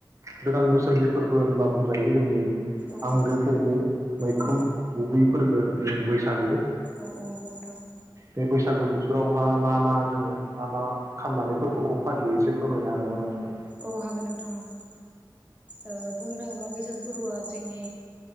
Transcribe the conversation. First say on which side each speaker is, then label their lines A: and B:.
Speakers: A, on the right; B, on the right.
A: गोदान बोसोरनि फोरबो होनबा बुंजायो जोंनि
B: औ
A: आंगो फोरबो मैखोम
B: औ
A: गुबैफोरबो जों बैसागु
B: औ औ नंगौ नोंथां ।
A: बे बैसागो बोथोरावहा मा मा जों मा मा खालामनानै फोरबोखौ फालियो एसे फोरमायनो हागोन नामा नोंथाङा?
B: औ हागोन नोंथां हागोन ओ बुंनो थाङोब्ला बैसागु फोरबो आ जोंनि